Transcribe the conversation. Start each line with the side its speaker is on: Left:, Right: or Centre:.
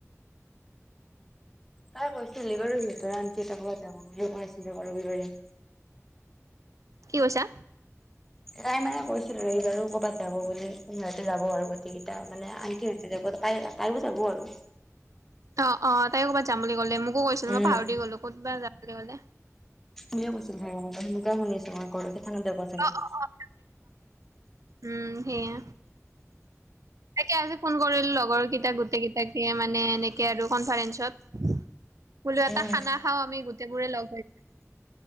Centre: তাই কৈছিল সিবাৰো সিহঁতৰ আন্তি এটা কবাত যাব বুলি কই আছিল ৰবা ৰবিবাৰে।
Right: কি কৈছা?
Centre: তাই মানে কৈছিল আৰু এইবাৰো কবাত যাব বুলি ইহঁতে যাব আৰু গেইকেইটা মানে আনণ্টি <unintelligible> যাব আৰু।
Right: ত, অ, তাই ক'বাত যাম বুলি কলে মোকো কৈছিল
Centre: উম।
Right: মই পাহাৰি গলো ক'ত বা যাম বুলি ক'লে।
Centre: তুমিও কৈছিল ভাই এনেকে সেনেকুৱা শুনিছো মই <unintelligible> থানত যাব চাগে।
Right: অ', অ', অ', উম, সেইয়া। তাকে আজি ফোন কৰিলোঁ লগৰ কেইটা গোটেই কেইটাকে মানে এনেকে আৰু কনফাৰেন্ঞ্চত। বোলো এটা
Centre: উম।
Right: খানা খাও আমি গোটেই বোৰে লগ হৈ।